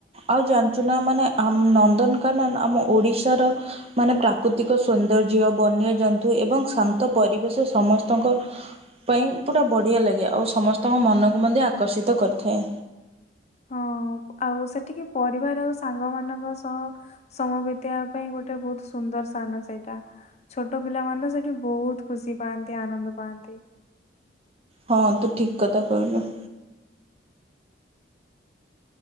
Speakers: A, on the right (about 35°); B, on the left (about 35°).
A: ଆଉ ଜାଣିଚୁ ନା ମାନେ ଆ ନନ୍ଦନକାନନ ଆମ ଓଡ଼ିଶାର ମାନେ ପ୍ରାକୃତିକ ସୌନ୍ଦର୍ଯ୍ୟ ବନ୍ୟଜନ୍ତୁ ଏବଂ ଶାନ୍ତ ପରିବେଶ ସମସ୍ତଙ୍କ ପାଇଁ ପୁରା ବଢ଼ିଆ ଲାଗେ ଆଉ ସମସ୍ତଙ୍କ ମନକୁ ମଧ୍ୟ ଆକର୍ଷିତ କରିଥାଏ।
B: ହଁ ଆଉ ସେଠିକି ପରିବାର ଆଉ ସାଙ୍ଗ ମାନଙ୍କ ସହ ସମ ବିତେଇବା ପାଇଁ ଗୋଟେ ବହୁତ ସୁନ୍ଦର ସ୍ଥାନ ସେଇଟା। ଛୋଟ ପିଲାମାନେ ତ ସେଠି ବହୁତ ଖୁସି ପାଆନ୍ତି ଆନନ୍ଦ ପାଆନ୍ତି।
A: ହଁ ତୁ ଠିକ କଥା କହିଲୁ।